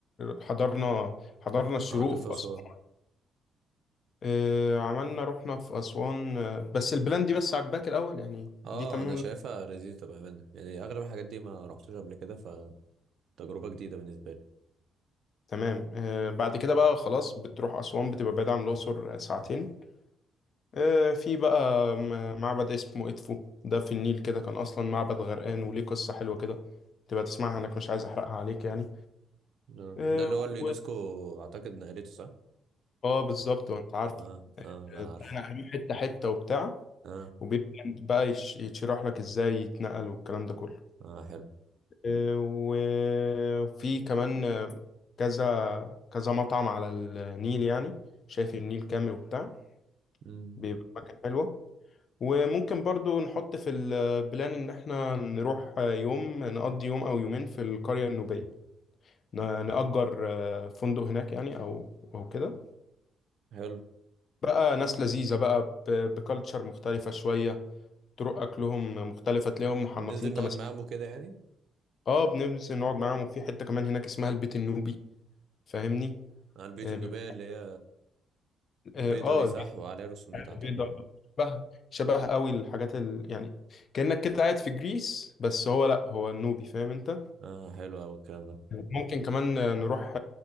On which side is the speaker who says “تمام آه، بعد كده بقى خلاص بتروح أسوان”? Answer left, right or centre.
Left